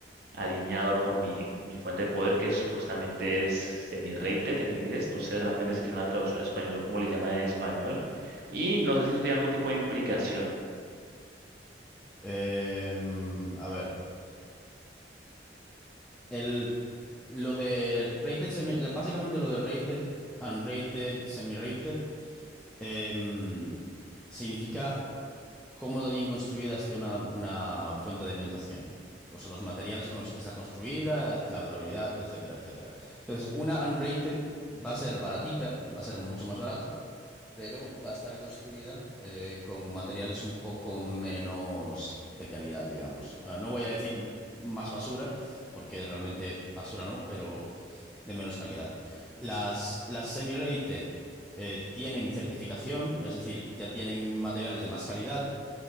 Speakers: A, on the right (about 65°); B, in the centre.
A: alineado con mi, mi fuente de poder, que supuestamente es semi-rated en inglés. No sé realmente si tiene una traducción en español o cómo le llaman en español. Y no sé si eso tiene algún tipo de implicación
B: Em, a ver, el, lo de rated, semi, la- básicamente lo de rated, unrated, semi-rated, em, significa cómo de bien construida esté una, una fuente de alimentación. O sea, los materiales con los que está construida, la durabilidad, etcétera, etcétera. Entonces, una unrated va a ser baratita, va a ser mucho más barata, pero va a estar construida eh, con materiales un poco menos de calidad, digamos. Ah, No voy a decir más basura, porque realmente basura no, pero de menos calidad. Las, las semi-rated eh, tienen certificación, es decir, ya tienen materiales de más calidad.